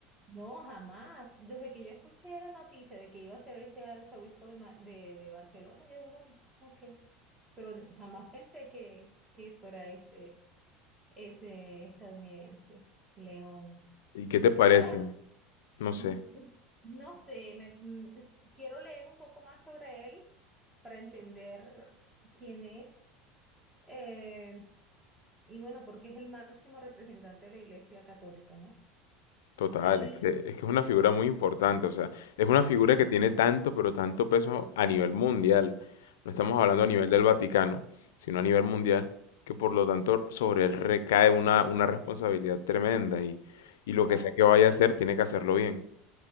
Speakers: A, on the right; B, on the left.
A: No, jamás. Desde que yo escuché la noticia de que iba a ser ese arzobispo de, Ma- de, de Barcelona, yo dije, bueno, ok. Pero n- jamás pensé que, que fuera ese, ese estadounidense, León.
B: ¿Y qué te parece?
A: Ahora,
B: No sé.
A: mm, mm, no sé, me, mm, quiero leer un poco más sobre él para entender quién es. eh, y bueno, porque es el máximo representante de la Iglesia Católica, ¿no?
B: Total,
A: Y
B: es que, es que es una figura muy importante, o sea, es una figura
A: sí,
B: que tiene tanto, pero tanto peso a nivel mundial. No estamos hablando
A: sí, señor,
B: a nivel del Vaticano, sino a nivel mundial, que por lo tanto sobre él recae una, una responsabilidad tremenda y, y lo
A: bastante.
B: que sea que vaya a hacer, tiene que hacerlo bien.